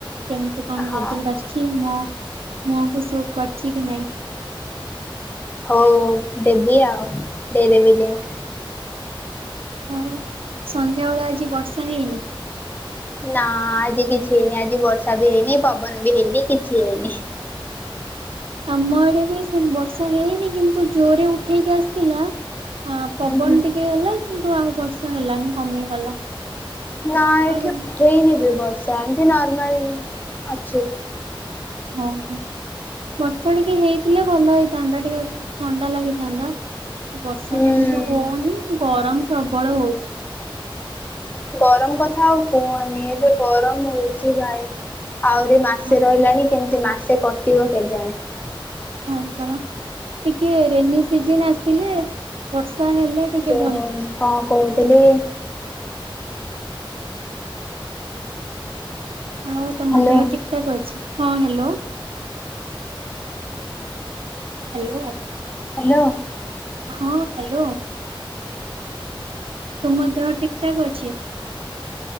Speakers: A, on the right; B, on the left.
A: କେମତି କଣ
B: ହଁ
A: ରେଜଲ୍ଟ ଆଶିଛି ମୋ ମୁହଁକୁ ସୁଟ୍ କରଛି କି ନାଇଁ।
B: ହଉ ଦେବି ଆଉ ଦେଇଦବି ଲିଙ୍କ୍।
A: ହଉ ସନ୍ଧ୍ୟାବେଳେ ଆଜି ବର୍ଷା ହେଇନି।
B: ନା ଆଜି କିଛି ହେଇନି ଆଜି ବର୍ଷା ବି ହେଇନି ପବନ ବି ହେଇନି କିଛି ହେଇନି।
A: ଆମ ଆଡେ ବି ସେ ବର୍ଷା ହେଇନି, କିନ୍ତୁ ଜୋରେ ଉଠେଇକି ଆସିଥିଲା। ହଁ ପବନ
B: ହୁଁ ହୁଁ
A: ଟିକେ ହେଲା କିନ୍ତୁ ଆଉ ବର୍ଷା ହେଲାନି କମିଗଲା।
B: ନା
A: କୁଆଡେ
B: ଏଠି ଉଠେଇନି ବି ବର୍ଷା ଏମିତି ନର୍ମାଲ ଅଛି।
A: ଓ ହୋ। ବର୍ଷା ଟିକେ ହେଇଥିଲେ ଭଲ ହେଇଥାନ୍ତା, ଟିକେ ଥଣ୍ଡା ଲାଗିଥାନ୍ତା। ବର୍ଷା
B: ହୁଁ।
A: ତ କିନ୍ତୁ ହଉନି ଗରମ ପ୍ରବଳ ହଉଛି।
B: ଗରମ କଥା ଆଉ କୁହନି ଯୋଉ ଗରମ ହଉଛି ଭାଇ ଆହୁରି ମାସେ
A: ହଁ
B: ରହିଲାଣି, କେମିତି ମାସେ କଟିବ କେଜାଣି
A: ହଁ ପରା ଟିକେ ରେନି ସିଜନ୍ ଆସିଲେ ବ ସ ହେଲେ ଟିକେ
B: ଯୋଉ <unintelligible>
A: ଆଉ ତମ
B: ହ୍ୟାଲୋ
A: ଦେହ ଠିକଠାକ ଅଛି, ହଁ ହ୍ୟାଲୋ ହ୍ୟାଲୋ
B: ହାଲୋ।
A: ହଁ ହାଲୋ। ତୁମ ଦେହ ଠିକ ଠାକ ଅଛି?